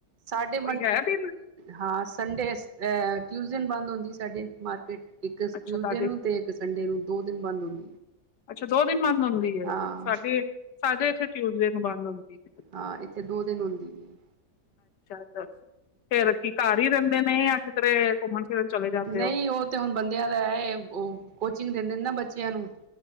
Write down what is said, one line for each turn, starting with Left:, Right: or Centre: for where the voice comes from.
Right: ਸਾਡੇ
Left: ਕੋਈ ਹੈ ਦਿਨ
Right: ਹਾਂ ਸੰਡੇ ਅ ਟਿਊਜ਼ਡੇ ਬੰਦ ਹੁੰਦੀ ਸਾਡੇ ਮਾਰਕੀਟ ਇੱਕ
Left: ਅੱਛਾ
Right: ਟਿਊਸਡੇ
Left: ਤੁਹਾਡੇ
Right: ਨੂੰ ਤੇ ਇੱਕ ਸੰਡੇ ਨੂੰ ਦੋ ਦਿਨ ਬੰਦ ਹੁੰਦੇ
Left: ਅੱਛਾ ਦੋ ਦਿਨ ਬਦ ਹੁੰਦੀ ਹੈ
Right: ਹਾਂ
Left: ਸਾਡੇ ਸਾਡੇ ਇੱਥੇ ਟਿਊਸਡੇ ਨੂੰ ਬੰਦ ਹੁੰਦੀ ਹੈ
Right: ਹਾਂ ਇੱਥੇ ਦੋ ਦਿਨ ਹੁੰਦੀ ਹੀ
Left: ਅ ਫੇਰ ਕੀ ਘਰ ਹੀ ਰਹਿੰਦੇ ਨੇ ਜਾਂ ਕਿਸਧਰੇ ਘੁੰਮਣ ਫਿਰਨ ਚਲੇ ਜਾਂਦੇ
Right: ਨਹੀਂ
Left: ਹੋ
Right: ਉਹ ਤੇ ਹੁਣ ਬੰਦਿਆਂ ਦਾ ਹੈ ਉਹ ਕੋਚਿੰਗ ਦਿੰਦੇ ਨੇ ਨਾ ਬਚ ਚੇਆ ਨੂ